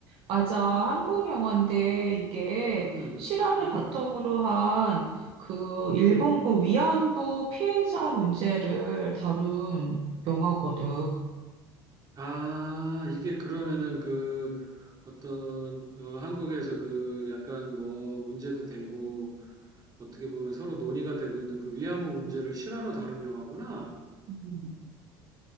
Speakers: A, on the right; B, on the right.
A: 맞아. 한국 영화인데 이게
B: 음,
A: 실화를
B: 음,
A: 바탕으로 한 그 일본군
B: 음.
A: 위안부 피해자 문제를 다룬 영화거든.
B: 아, 이게 그러면은 그 어떤 어, 한국에서 그 약간 뭐 문제도 되고 어떻게 보면 서로 논의가 되고 있는 그 위안부 문제를 실화로 다룬 영화구나.
A: 음.